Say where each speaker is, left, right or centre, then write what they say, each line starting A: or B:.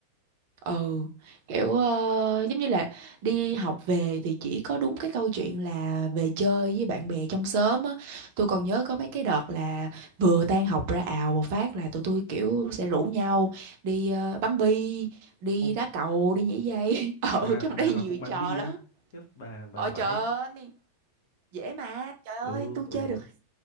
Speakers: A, on the right; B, on the left.
A: ừ kiểu ờ, giống như là đi học về thì chỉ có đúng cái câu chuyện là về chơi với bạn bè trong xóm á tôi còn
B: ừ.
A: nhớ có mấy cái đợt là vừa tan học ra ào một phát là tụi tôi kiểu sẽ rủ nhau đi ờ, bắn bi đi
B: ô
A: đá cầu đi nhảy dây <laughs>
B: bà
A: ừ trong
B: bà
A: đây
B: mà
A: nhiều
B: cũng
A: trò
B: bắn bi
A: lắm
B: á khiếp bà bà
A: ôi
B: giỏi
A: trời
B: thế
A: ơi dễ mà trời ơi
B: ừ
A: tôi
B: ừ
A: chơi được